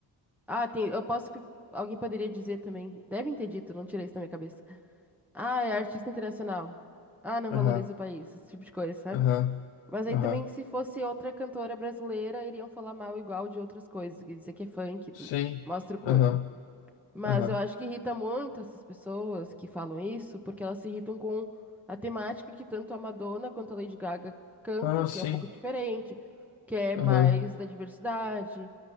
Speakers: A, in the centre; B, on the left (about 85°).
A: Ah, tem. Eu posso que alguém poderia dizer também. Devem ter dito, não tirei isso da minha cabeça. Ah, é artista internacional. Ah, não
B: Aham,
A: valoriza o país, esse tipo de coisa, sabe?
B: aham,
A: Mas aí
B: aham.
A: também, se fosse outra cantora brasileira, iriam falar mal igual de outras coisas, quer dizer que é funk, tu-
B: Sim,
A: mostra o corpo.
B: aham,
A: Mas
B: aham.
A: eu acho que irrita muito essas pessoas que falam isso, porque elas se irritam com a temática que tanto a Madonna quanto a Lady Gaga cantam,
B: Ah, sim,
A: que é um pouco diferente, que é
B: aham.
A: mais da diversidade,